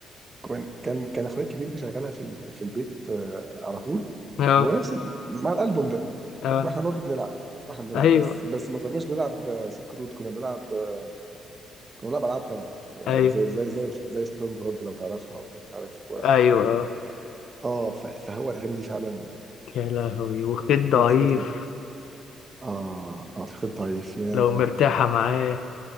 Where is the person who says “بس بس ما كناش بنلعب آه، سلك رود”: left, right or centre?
Right